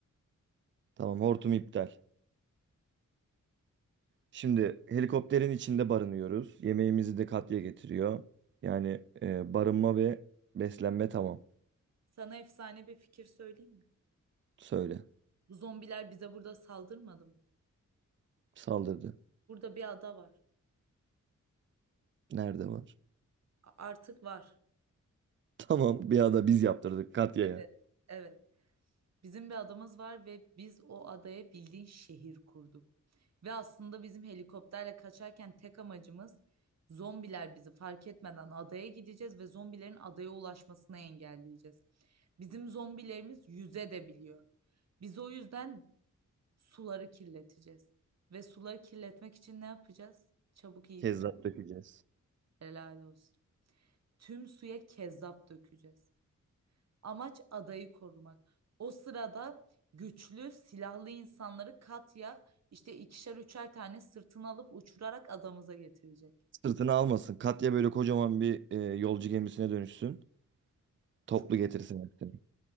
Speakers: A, on the right; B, on the right.
A: Tamam hortum iptal. Şimdi helikopterin içinde barınıyoruz. Yemeğimizi de Katya getiriyor. Yani e, barınma ve beslenme tamam.
B: Sana efsane bir fikir söyleyeyim mi?
A: Söyle.
B: Bu zombiler bize burada saldırmadı mı?
A: Saldırdı.
B: Burada bir ada var.
A: Nerede var?
B: A- Artık var.
A: <laughs> Tamam bir anda biz yaptırdık Katya'ya.
B: Evet, evet. Bizim bir adamız var ve biz o adaya bildiğin şehir kurduk. Ve aslında bizim helikopterle kaçarken tek amacımız zombiler bizi fark etmeden adaya gideceğiz ve zombilerin adaya ulaşmasını engelleyeceğiz. Bizim zombilerimiz yüze de biliyor. Biz o yüzden Suları kirleteceğiz. Ve suları kirletmek için ne yapacağız? Çabuk iyi
A: Kezzap
B: düşün.
A: dökeceğiz.
B: Helal olsun. Tüm suya kezzap dökeceğiz. Amaç adayı korumak. O sırada güçlü silahlı insanları Katya işte ikişer üçer tane sırtına alıp uçurarak adamıza getirecek.
A: Sırtını almasın. Katya böyle kocaman bir e, yolcu gemisine dönüşsün. Toplu
B: Çok,
A: getirsin hepsini.